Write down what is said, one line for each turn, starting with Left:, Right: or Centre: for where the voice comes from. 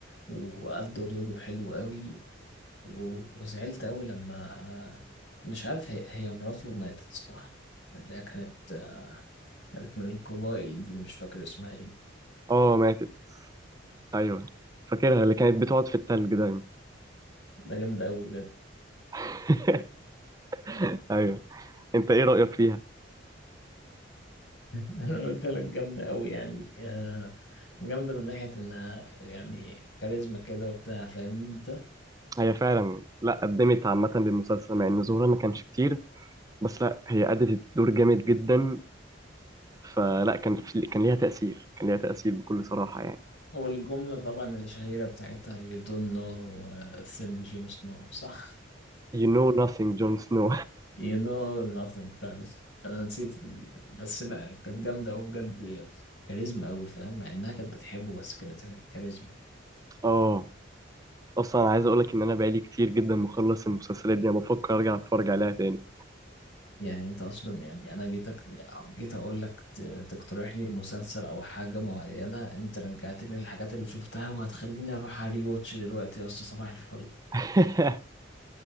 Left: وأدى دوره حلو قوي و- وزعلت أوي لما مش عارف هي, هي مراته ماتت صح اللي هي كانت آه، كانت من القبائل دي مش فاكر اسمها ايه
Right: اه ماتت ايوه فاكرها اللي كانت بتقعد في التلج دايما
Left: ده جامدة أوي بجد
Right: <laughs> ايوه انت ايه رايك فيها
Left: <laughs> أنا قلت لك جامدة أوي يعني آه، جامدة من ناحية إنها يعني كاريزما كده وبتاع فاهمني أنت
Right: هي فعلا لا قدمت عامه للمسلسل مع ان ظهورها ما كانش كتير بس لا هي أدت الدور جامد جدا فلا كان في كان ليها تأثير كان ليها تأثير بكل صراحة يعني
Left: والجملة طبعا الشهيرة بتاعتها you don't know uh, a thing Jon Snow صح
Right: you know nothing جون سنو
Left: You know nothing فعلا انا نسيت ال- بس لا كانت جامده قوي بجد كاريزما قوي فاهم مع انها كانت بتحبه بس كانت كاريزما
Right: <laughs> اه اصلا أنا عايز اقولك ان انا بقالي كتير جدا مخلص المسلسلات دي انا بفكر ارجع اتفرج عليها تاني
Left: يعني انت اصلا يعني انا جيتك جيت اقول لك ت- تقترح لي مسلسل او حاجه معينه انت رجعت لي الحاجات اللي شفتها وهتخليني اروح اري واتش دلوقتي يا اسطى صباح الفل
Right: <laughs>